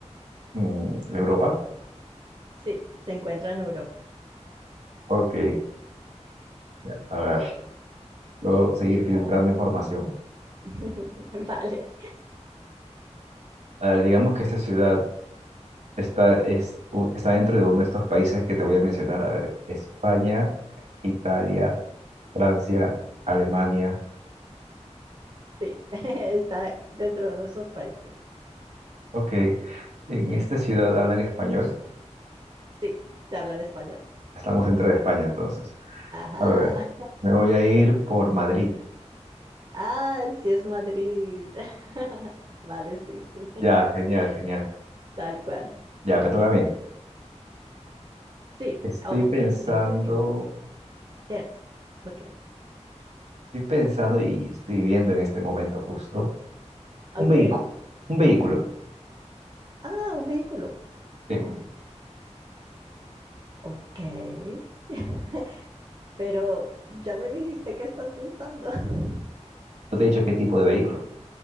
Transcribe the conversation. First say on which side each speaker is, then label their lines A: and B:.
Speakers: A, on the right; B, on the right.
A: Mm, ¿Europa?
B: Sí, se encuentra en Europa.
A: Ok. Ya. A ver, puedo seguir filtrando información.
B: <laughs> Vale,
A: A ver, digamos que esta ciudad está, es, u- está dentro de uno de estos países que te voy a mencionar. A ver, España, Italia, Francia, Alemania.
B: sí, <laughs> está dentro de nuestros países.
A: Ok, en esta ciudad hablan español.
B: Sí, se habla en español.
A: Estamos
B: <laughs>
A: dentro de España entonces.
B: Ajá.
A: A ver, me voy a ir por Madrid.
B: Ah, sí es Madrid. <laughs> Vale, sí, sí, <laughs>
A: Ya, genial, genial.
B: tal cual.
A: Ya,
B: Ok,
A: me toca a mí.
B: sí,
A: Estoy
B: ok,
A: pensando,
B: déjame pensar. Cierto, ok,
A: estoy pensando y estoy viendo en este momento justo
B: ok.
A: un vehículo. Un vehículo.
B: Ah, un vehículo.
A: Sí.
B: Hmm, Ok. <laughs> pero ya me dijiste que estás pensando. <laughs>
A: ¿No te he dicho qué tipo de vehículo?